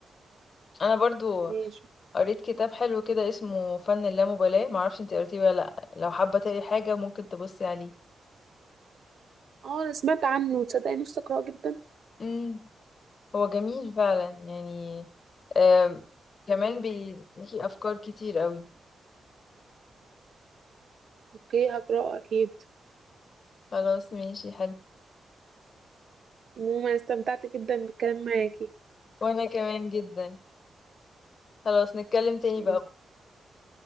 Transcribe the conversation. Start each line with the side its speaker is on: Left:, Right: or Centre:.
Left: انا برضو
Right: ماشي
Left: قريت كتاب حلو كده اسمه فن اللامبالاة معرفش انت قريتيه ولا لا لو حابه تقري حاجه ممكن تبصي عليه
Right: اه انا سمعت عنه تصدقي نفسي اقراه جدا
Left: امم هو جميل فعلا يعني آم، كمان بيديكي أفكار كتير قوي
Right: اوكي هقراه اكيد
Left: خلاص ماشي حلو
Right: عموما استمتعت جدا بالكلام معاكي
Left: وأنا كمان جدا خلاص نتكلم تاني
Right: ماشي
Left: بقى